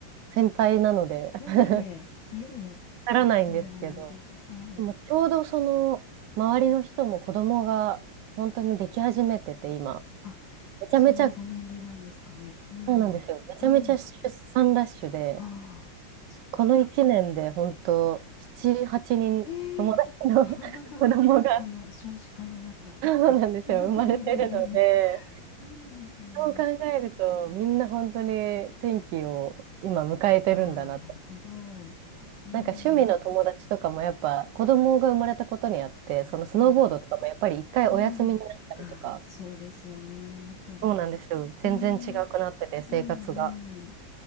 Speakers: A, on the right; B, on the left.
A: う先輩なので
B: あいえいえ、
A: <laughs>
B: いえいえ、
A: わからないんですけど、
B: とんでもないです。はい。
A: でもちょうどその周りの人も子供が本当にでき始めてて今、
B: あ、
A: めちゃめちゃ、
B: そういうご年齢なんですかね。うん、
A: そうなんですよ、めちゃめちゃ出産ラッシュで、
B: はい。ああ、そっか。
A: この1年で本当7、8人友達の
B: ええ <laughs>
A: <laughs> 子供が、
B: この少子化の中。
A: そうなんですよ、
B: <laughs>
A: 生まれてるので、
B: そうなんですね。
A: そう考えるとみんな本当に天気を今迎えてるんだなって。
B: ああ、なるほど。うん。
A: なんか趣味の友達とかもやっぱ子供が生まれたことにあって、そのスノーボードとかもやっぱり一回お休みになったりとか、
B: はい。うん。ああ、そうですよね。やっぱり。
A: そうなんですよ。全然違くなってて、
B: ねえ。
A: 生活が。
B: うんうん。